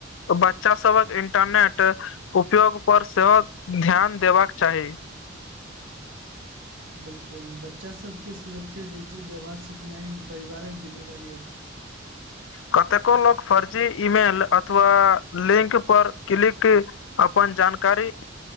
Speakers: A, on the left (about 70°); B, on the right (about 85°).
A: बच्चा सभक इंटरनेट उपयोग पर सेहो ध्यान देबाक चाही
B: बिल्कुल बच्चा सबके सुरक्षित डिजिटल व्यवहार सिखनाइ परिवारक जिम्मेदारी अछि
A: कतेको लोक फर्जी ईमेल अथवा लिंक पर क्लिक अपन जानकारी